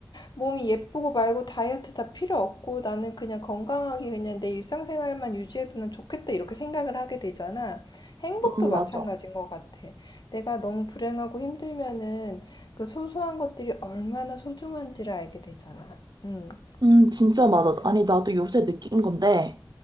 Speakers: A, on the left; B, on the right.
A: 몸이 예쁘고 말고 다이어트 다 필요 없고 나는 그냥 건강하게 그냥 내 일상생활만 유지해두면 좋겠다 이렇게 생각을 하게 되잖아. 행복도
B: 음,
A: 마찬가지인
B: 맞아.
A: 것 같아. 내가 너무 불행하고 힘들면은 그 소소한 것들이 얼마나 소중한지를 알게 되잖아. 음,
B: 음, 진짜 맞아.
A: 그렇게 돼.
B: 아니, 나도 요새 느낀 건데,